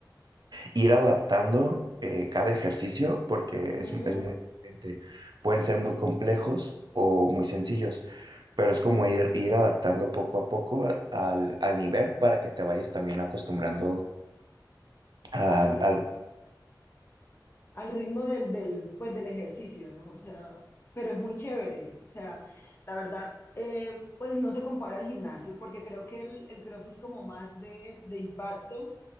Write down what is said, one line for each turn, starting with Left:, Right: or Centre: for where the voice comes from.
Right: ir adaptando eh, cada ejercicio porque
Left: Ujú.
Right: es, es muy diferente. Pueden ser muy complejos o muy sencillos, pero es como ir, ir adaptando poco a poco a- al, al nivel para que te vayas también acostumbrando al,
Left: Al,
Right: al-
Left: al ritmo del, del, pues, del ejercicio, ¿no? O sea, pero es muy chévere. O sea, la verdad, eh, pues no se compara al gimnasio porque creo que el, el CrossFit es como más de, de impacto